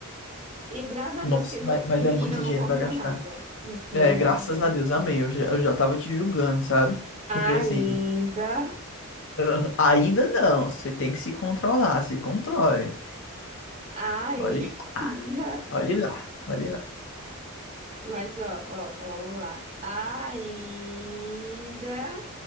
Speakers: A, on the right; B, on the left.
A: E graças a
B: Nossa,
A: Deus que no
B: mas
A: fim
B: mas é muito
A: eu não
B: dinheiro
A: compro
B: pra gastar.
A: nada. No fim,
B: É,
A: eu não
B: graças
A: gasto
B: a Deus, amém. Eu já, eu já tava te julgando, sabe? Porque
A: Ainda,
B: assim, <laughs> ah, ainda não. Você tem que se controlar, se controle.
A: ainda,
B: Olhe lá, olhe lá, olhe lá.
A: mas ó, ó, ó, vamos lá. Ainda,